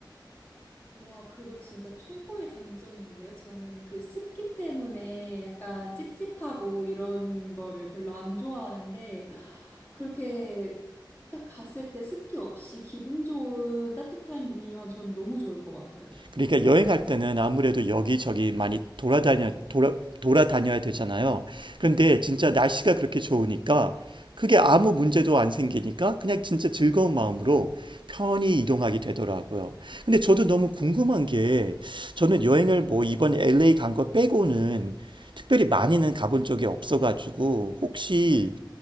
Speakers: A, on the left; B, on the right.
A: 와, 그거 진짜 최고의 장점인데요. 저는 그 습기 때문에 약간 찝찝하고 이런 거를 별로 안 좋아하는데, 그렇게 딱 갔을 때 습기 없이 기분 좋은 따뜻함이면 전 너무 좋을 것 같아요.
B: 그러니까 여행할 때는 아무래도 여기저기 많이 돌아다녀, 돌아, 돌아다녀야 되잖아요. 그런데 진짜 날씨가 그렇게 좋으니까 그게 아무 문제도 안 생기니까 그냥 진짜 즐거운 마음으로 편히 이동하게 되더라고요. 근데 저도 너무 궁금한 게 저는 여행을 뭐 이번 LA 간 거 빼고는 특별히 많이는 가본 적이 없어가지고 혹시